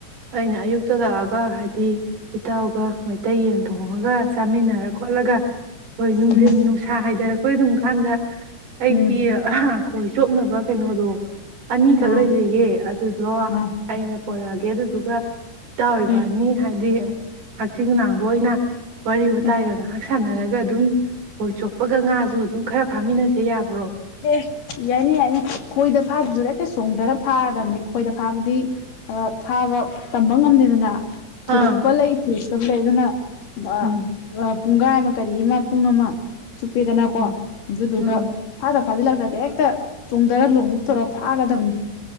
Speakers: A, on the right (about 75°); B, on the left (about 80°).
A: ꯑꯩꯅ ꯑꯌꯨꯛꯇ ꯂꯥꯛ ꯑꯒ ꯍꯥꯏꯗꯤ ꯏꯇꯥꯎꯒ ꯃꯩꯇꯩ ꯌꯦꯟ ꯊꯣꯡ ꯉꯒ ꯆꯥꯃꯤꯟꯅꯔ ꯈꯣꯠꯂꯒ ꯍꯣꯏ ꯅꯨꯡꯊꯤꯟ
B: ꯎꯝ
A: ꯅꯨꯡ ꯍꯥꯏꯊꯔꯛꯄꯩ ꯑꯗꯨꯝ ꯀꯥꯟꯗ ꯑꯩ
B: ꯎꯝ
A: ꯗꯤ ꯑꯍ ꯈꯣꯏ ꯆꯣꯞꯅꯕ ꯀꯩꯅꯣꯗꯣ ꯑꯅꯤꯈꯛ
B: ꯑꯥ
A: ꯂꯩꯖꯌꯦ ꯑꯗꯨꯗꯣ
B: ꯑꯥ
A: ꯑꯩꯅ ꯄꯣꯔꯔꯛꯑꯒꯦ ꯑꯗꯨꯗꯨꯒ ꯇꯥꯎ ꯏꯕꯅꯤ
B: ꯎꯝ
A: ꯍꯥꯏꯗꯤ ꯍꯛꯆꯤꯡꯂꯥꯡꯕ ꯑꯣꯏꯅ ꯋꯥꯔꯤ
B: ꯎꯝ
A: ꯋꯥꯇꯥꯏꯒ ꯉꯥꯏꯍꯥꯛ ꯁꯥꯟꯅꯔꯒ ꯗ ꯑꯗꯨꯝ ꯍꯣꯏ ꯆꯣꯞꯄꯒ ꯉꯥꯁꯨ ꯑꯗꯨꯝ ꯈꯔ ꯐꯥꯃꯤꯟꯅꯁꯦ ꯌꯥꯕ꯭ꯔꯣ
B: ꯑꯦ ꯌꯥꯏꯅꯦ ꯌꯥꯏꯅꯦ ꯈꯣꯏꯗ ꯐꯥꯗ꯭ꯔꯁꯨ ꯍꯦꯛꯇ ꯆꯣꯡꯊꯔ ꯐꯥꯔꯗꯕꯅꯤ ꯈꯣꯏꯗ ꯐꯥꯕꯗꯤ ꯑ ꯐꯥꯕ ꯇꯝꯕ ꯉꯝꯗꯦꯗꯅ ꯊꯨꯔꯛꯄ
A: ꯑꯥ
B: ꯂꯩꯇ ꯆꯨꯝꯂꯦ ꯑꯗꯨꯅ ꯑ
A: ꯎꯝ
B: ꯑ ꯄꯨꯡꯈꯥꯏ ꯑꯃ ꯀꯔꯤ ꯑꯃ ꯄꯨꯡ ꯑꯃ ꯆꯨꯞꯄꯤꯗꯅꯀꯣ
A: ꯎꯝ
B: ꯑꯗꯨꯗꯨꯒ
A: ꯑꯥ
B: ꯗ ꯐꯥꯖꯤꯜꯂꯛꯛꯇ꯭ꯔꯗꯤ ꯍꯦꯛꯇ ꯆꯣꯡꯊꯔ ꯂꯣꯡ ꯎꯞ ꯇꯧꯔ ꯐꯥꯒꯗꯕꯅꯤ